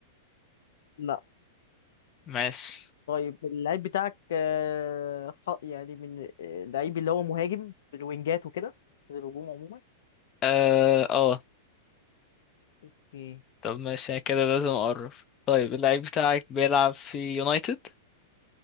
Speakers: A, on the left; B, on the left.
A: لا
B: ماشي
A: طيب اللعيب بتاعك آه، خ- يعني من آه، اللعيب اللي هو مهاجم في الوينجات وكده في الهجوم عموما
B: اه اه
A: اوكي
B: طب ماشي أنا كده لازم اقرب طيب اللعيب بتاعك بيلعب في يونايتد؟